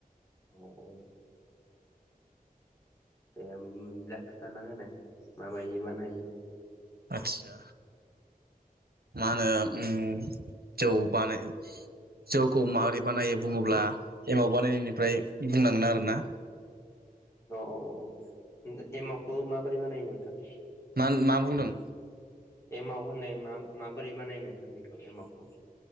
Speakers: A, on the left; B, on the right.
A: अ औ ए ओमब्ला खोथाना होनाय माबायि बानायो
B: आदसा मा होनो उम जौ बानो जौखौ माबोरै बानायो बुङोब्ला एमाव बानायनायनिफ्राय बुंनांगोन आरो ना
A: अअअअ एमावखौ माबोरै बानायो नोंथां
B: मान मा बुंदों।
A: एमाव होननाय मा-माबोरै बानायो नोंथां बेखौ एमावखौ